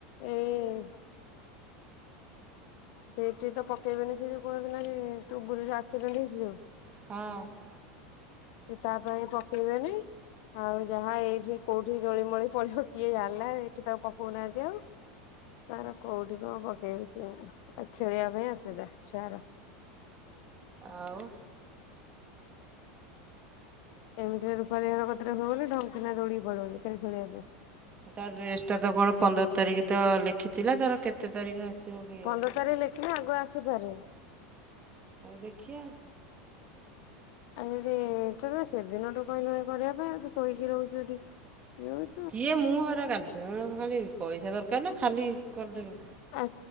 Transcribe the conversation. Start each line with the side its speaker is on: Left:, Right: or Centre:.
Left: ଏଇ ସେଇଠି ତ ପକେଇବେନି ସେ ଯଉ କୋଣ ସିନା ବୁଲିରେ ଆକ୍ସିଡେଣ୍ଟ ହେଇଛି ଯୋଉ।
Right: ହଁ।
Left: ସେ ତା ପାଇଁ ପକେଇବେନି। ଆଉ ଯାହା ଏଇଠି କୋଉଠି ଦୋଳିମୋଳି ପଳିବ କିଏ ଜାଣିଲା ଏଇଠି ତାକୁ ପକଉନାହାନ୍ତି ଆଉ। ତାର କୋଉଠି କଣ ପକେଇବେ ଖେଳିବା ପାଇଁ ଆସୁବିଧା ଛୁଆ ଗୁରା।
Right: ଆଉ।
Left: ଏମିତିରେ ରୂପାଲିର କତୀରେ କଣ କହିଲୁ ଢଙ୍କିନା ଦୌଡି ପଳୋଉଚି ଖେଳିବା ପାଇଁ।
Right: ତା ଡ୍ରେସ୍ଟା ତ କଣ ପନ୍ଦର ତାରିଖ ତ ଲେଖିଥିଲା ତର କେତେ ତାରିଖ ଆସିବ କେଜାଣି।
Left: ପନ୍ଦର ତାରିଖ ଆଗୁଆ ଆସିପାରେ।
Right: ହଉ ଦେଖିଆ।
Left: ଆଉ ଯଦି ତତେ ସେଦିନଠୁ କହିଲେ କରିବା ପାଇଁ ଆଉ ତ ଶୋଇକି ରହୁଛୁ ଏଠି ଇଏ ହୁ
Right: କିଏ ମୁଁ ହେରା କାଟିଦେଲି ଖାଲି ପଇସା ଦରକାର ନା ଖାଲି କରିଦେବେ।
Left: ଆ